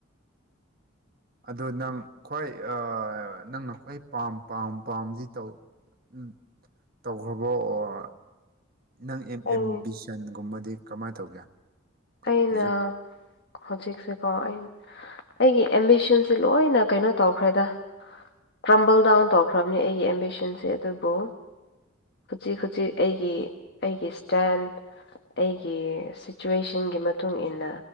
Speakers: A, on the right; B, on the left.
A: ꯑꯗꯨ ꯅꯪ ꯈ꯭ꯋꯥꯏ ꯅꯪꯅ ꯈ꯭ꯋꯥꯏ ꯄꯥꯝ ꯄꯥꯝ ꯄꯥꯝꯁꯤ ꯇꯧ ꯎ ꯇꯧꯈꯔꯕ ꯅꯪ ꯑꯦꯝ
B: ꯑꯩ
A: ꯑꯦꯝ ꯕꯤꯁꯟꯒꯨꯝꯕꯗꯤ ꯀꯃꯥꯏꯅ ꯇꯧꯒꯦ
B: ꯑꯩꯅ
A: ꯍꯧꯖꯤꯛ
B: ꯍꯧꯖꯤꯛꯁꯦꯀꯣ ꯑꯩ ꯑꯩꯒꯤ ꯑꯦꯝꯕꯤꯁꯟꯁꯦ ꯂꯣꯏꯅ ꯀꯩꯅꯣ ꯇꯧꯈ꯭ꯔꯦꯗ ꯀ꯭ꯔꯝꯕꯜ ꯗꯥꯎꯟ ꯇꯧꯔꯈ꯭ꯔꯕꯅꯤ ꯑꯩꯒꯤ ꯑꯦꯝꯕꯤꯁꯟꯁꯦ ꯑꯗꯨꯕꯨ ꯍꯧꯖꯤꯛ
A: ꯑ
B: ꯍꯧꯖꯤꯛ ꯑꯩꯒꯤ ꯑꯩꯒꯤ ꯏꯁꯇꯦꯟ ꯑꯩꯒꯤ ꯁꯤꯆꯨꯋꯦꯁꯟ ꯆꯤꯡꯒꯤ ꯃꯇꯨꯡ ꯏꯟꯅ